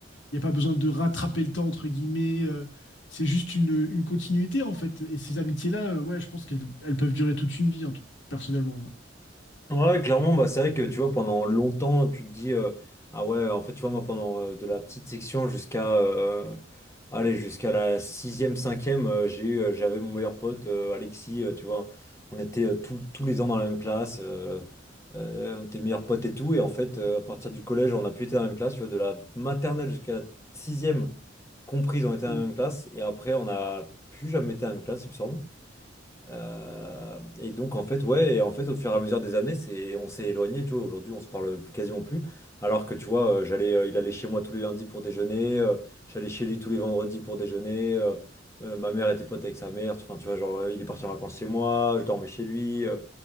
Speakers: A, on the left; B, on the left.
A: il n'y a pas besoin de rattraper le temps, entre guillemets. euh, c'est juste une, une continuité, en fait. Et ces amitiés-là, euh, ouais, je pense qu'elles elles peuvent durer toute une vie, en tout- personnellement.
B: Ouais, clairement, bah, c'est vrai que tu vois, pendant longtemps, tu te dis, euh, ah ouais, en fait, tu vois, moi, pendant euh, de la petite section jusqu'à euh, allez, jusqu'à la sixième, cinquième, euh, j'ai eu, euh, j'avais mon meilleur pote, euh, Alexis, euh, tu vois, on était euh, tous tous les ans dans la même classe, euh, euh, on était meilleurs potes et tout, et en fait, euh, à partir du collège, on a pu être dans la même classe, tu vois, de la maternelle jusqu'à la sixième comprise, on était dans
A: Mm,
B: la même classe, et après, on n'a plus jamais été dans la même classe, il me semble. Euh, et donc en fait ouais et en fait au fur et à mesure des années c'est on s'est éloigné tu vois aujourd'hui on se parle quasiment plus alors que tu vois euh, j'allais euh, il allait chez moi tous les lundis pour déjeuner euh, j'allais chez lui tous les vendredis pour déjeuner euh, euh, ma mère était pote avec sa mère enfin tu vois genre euh, il est parti en vacances chez moi je dormais chez lui euh,